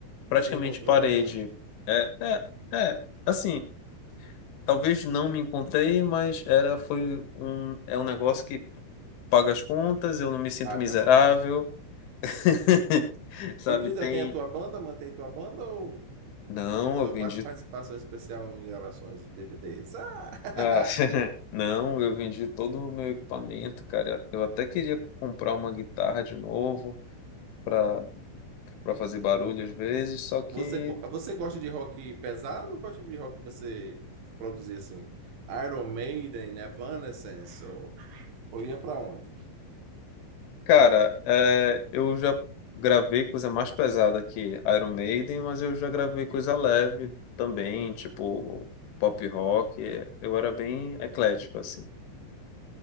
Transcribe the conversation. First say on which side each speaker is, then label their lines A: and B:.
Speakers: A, on the left (about 70°); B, on the right (about 70°).
A: praticamente
B: Se encontrou
A: parei
B: novamente.
A: de. É, é, é, assim, talvez não me encontrei, mas era, foi um, é um negócio que paga as contas, eu não me sinto
B: Paga
A: miserável,
B: as contas.
A: <laughs> sabe?
B: E tu ainda
A: Tem.
B: tem a tua banda, mantém tua banda ou
A: Não,
B: só
A: eu vendi.
B: faz participação especial em gravações de DVDs? Ah!
A: Ah, <laughs> não, eu vendi todo o meu equipamento, cara. Eu até queria comprar uma guitarra de novo para para fazer barulho às vezes,
B: <laughs>
A: só que,
B: Você, co- você gosta de rock pesado? Qual tipo de rock você produzia assim? Iron Maiden, Evanescence ou, ou ia pra onde?
A: cara, é, eu já gravei coisa mais pesada que Iron Maiden, mas eu já gravei coisa leve também, tipo pop rock. é, Eu era bem eclético assim.